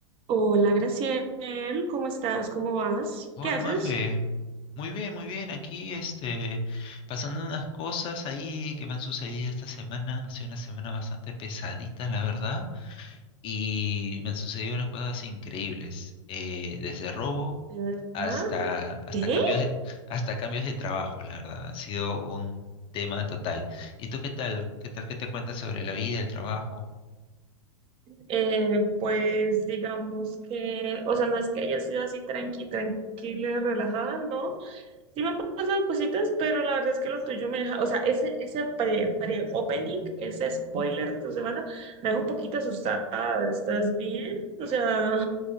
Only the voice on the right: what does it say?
Hola, Graciel, ¿cómo estás? ¿Cómo vas?
¿Qué haces?
¿De
verdad?
¿Qué?
Eh, pues digamos que, o sea, no es que haya sido así tranqui, tranquila, relajada, no. Sí me han pasado cositas, pero la verdad es que lo tuyo me deja, o sea, ese, ese pre, pre-opening, ese spoiler de tu semana, me deja un poquito asustada. ¿Estás bien? O sea,